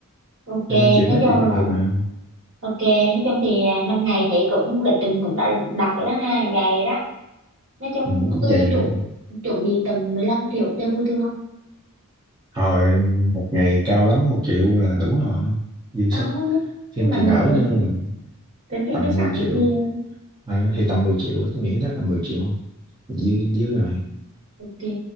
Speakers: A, on the right (about 60°); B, on the right (about 20°).
A: ok
B: cho nên chuyện
A: nói
B: nói
A: chung
B: chuyện
A: là
B: bình thường à.
A: Ok, nói chung thì à, năm ngày thì cũng lịch trình cũng đã đặt rồi đó ha, dài đó. Nói chung
B: ừ, cũng
A: tôi
B: vậy
A: chuẩn
B: à.
A: chuẩn bị tầm 15 triệu cho vô thương.
B: hồi một ngày cao lắm một triệu là đủ rồi dư
A: Ờ
B: sức
A: nhưng, nhưng
B: thêm
A: mà
B: tiền
A: mình
B: ở
A: tính
B: nữa là
A: tính tiền
B: tầm
A: khách sạn
B: mười
A: này
B: triệu
A: kia
B: à, thì tầm 10 triệu tôi nghĩ đó tầm 10 triệu dư dư rồi
A: kề